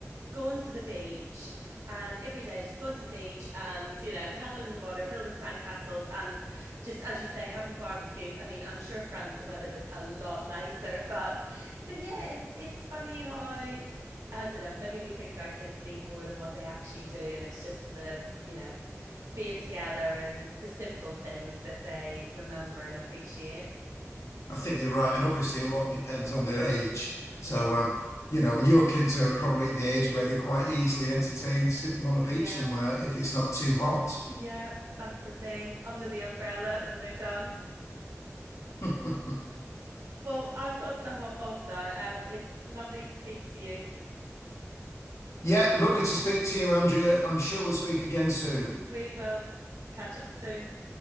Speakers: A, on the right; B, on the left.
A: going to the beach and every day just going to the beach and you know paddling in the water building sandcastles and just as you say having barbecues i mean i'm sure france the weather was a lot nicer but but yeah it's it's funny how i don't know maybe we think our kids need more than what they actually do and it's just the you know being together and the simple things that they remember and appreciate
B: I think you're right, and obviously a lot depends on their age. So
A: yes
B: um, you know, your kids are probably at the age where they're quite easily entertained sitting on the beach
A: yeah
B: somewhere if it's not too hot.
A: yeah that's the thing under the umbrella and they're done
B: <laughs>
A: Well, I've got to hop off now. Um, it's lovely to speak to you.
B: Yeah, lovely to speak to you, Andrea. I'm sure we'll speak again soon.
A: We will catch up soon.